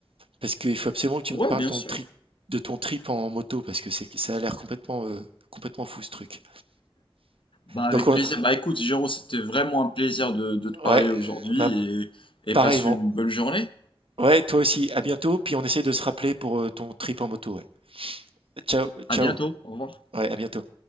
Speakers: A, on the right; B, on the left.
A: parce qu'il faut absolument que tu
B: Ouais,
A: me parles
B: bien
A: ton
B: sûr.
A: trip de ton trip en moto parce que c'est ça a l'air complètement, heu, complètement fou ce truc.
B: Bah, avec
A: Donc on
B: plaisir. Bah, écoute, Géraud, c'était vraiment un plaisir de, de te parler
A: ouais,
B: aujourd'hui
A: euh, bah,
B: et, et
A: pareillement.
B: passe une bonne journée.
A: Ouais, toi aussi. À bientôt. Puis on essaie de se rappeler pour euh, ton trip en moto. ouais. Ciao,
B: À
A: ciao.
B: bientôt. Au revoir.
A: Ouais, à bientôt.